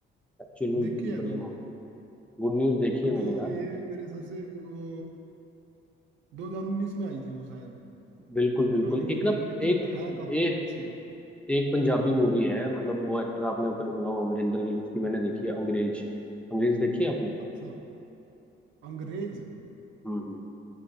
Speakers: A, in the centre; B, on the right.
A: एक्चुअल में
B: देखी है
A: बढ़िया
B: तुम
A: मूवी गुड न्यूज देखी है मैंने
B: दो
A: यार
B: ये मेरे हिसाब से वो 2019 में आई थी वो शायद
A: बिल्कुल बिल्कुल
B: पुरानी
A: एक
B: मूवी
A: ना
B: है लेकिन
A: एक
B: है काफी
A: एक,
B: अच्छी है
A: एक पंजाबी मूवी है मतलब वो एक्टर आपने अगर सुना हो अमरिंदर गिल उसकी मैंने देखी है अंग्रेज अंग्रेज देखी है आपने
B: अच्छा अंग्रेज
A: हम्म हम्म।